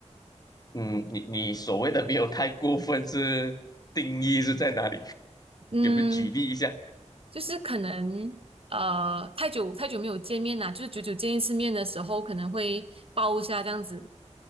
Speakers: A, on the left; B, on the right.
A: 嗯，你你所谓的没有太过分是定义是在哪里？<laughs>
B: 嗯，
A: 有没有举例一下
B: 就是可能呃太久太久没有见面啦，就是久久见一次面的时候，可能会抱一下这样子，